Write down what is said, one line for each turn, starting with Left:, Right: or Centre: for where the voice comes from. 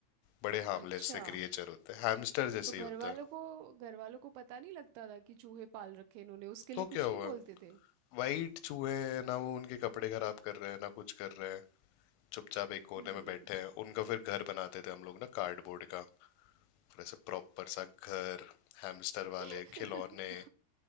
Left: बड़े हार्मलेस
Right: अच्छा
Left: से क्रिएचर होते हैं हैमस्टर जैसे
Right: तो घर
Left: ही होता
Right: वालों
Left: है
Right: को घर वालों को पता नहीं लगता था कि चूहे पाल रखे इन्होंने उसके
Left: तो
Right: लिए कुछ
Left: क्या हुआ
Right: नहीं बोलते थे
Left: वाइट चूहे हैं, ना वो उनके कपड़े खराब कर रहे हैं ना कुछ कर रहे हैं चुपचाप एक कोने
Right: हम्म
Left: में बैठे हैं उनका फिर घर बनाते थे हम लोग ना कार्डबोर्ड का फिर ऐसे प्रॉपर सा घर हैमस्टर वाले
Right: <laughs>
Left: खिलौने